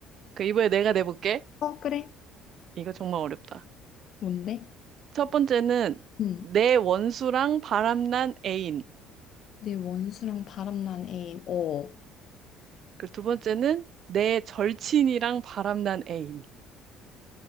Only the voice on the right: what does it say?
그 이번에 내가 내볼게.
이거 정말 어렵다.
첫 번째는
내 원수랑 바람난 애인.
그리고 두 번째는 내 절친이랑 바람난 애인.